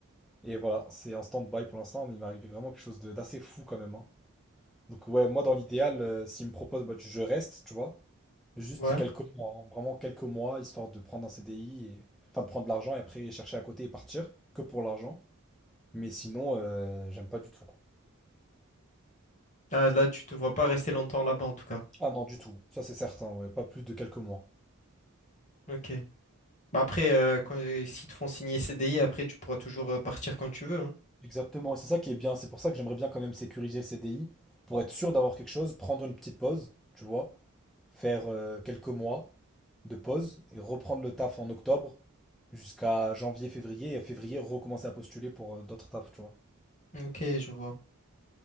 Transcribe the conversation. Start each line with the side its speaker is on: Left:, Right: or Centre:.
Centre: Et voilà, c'est en stand-by pour l'instant, mais il m'est arrivé vraiment quelque chose de- d'assez fou quand même. hein. Donc ouais, moi dans l'idéal, euh, s'il me propose, bah, je reste, tu vois. Juste
Left: Ouais.
Centre: quelques mois, hein, vraiment quelques mois, histoire de prendre un CDI, et... enfin de prendre de l'argent et après chercher à côté et partir, que pour l'argent. Mais sinon, euh, j'aime pas du tout, quoi.
Left: Ah, là, tu te vois pas rester longtemps là-bas, en tout cas.
Centre: Ah non, du tout, ça c'est certain, ouais, pas plus de quelques mois.
Left: Ok. Bah après, euh, quand, s'ils te font signer CDI, après, tu pourras toujours euh, partir quand tu veux. hein.
Centre: Exactement, et c'est ça qui est bien, c'est pour ça que j'aimerais bien quand même sécuriser le CDI, pour être sûr d'avoir quelque chose, prendre une petite pause, tu vois, faire euh, quelques mois de pause et reprendre le taf en octobre jusqu'à janvier, février, et février recommencer à postuler pour euh, d'autres tafs, tu vois.
Left: Ok, je vois.